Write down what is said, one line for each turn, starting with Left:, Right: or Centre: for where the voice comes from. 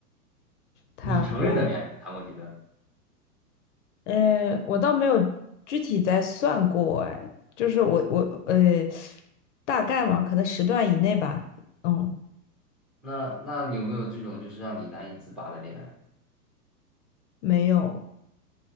Left: 谈过，
Centre: 你承认的恋爱谈过几段？
Left: 哎，我倒没有具体在算过，哎，就是我我呃，大概嘛，可能时段以内吧。嗯，
Centre: 那那你有没有这种就是让你难以自拔的恋爱，
Left: 没有，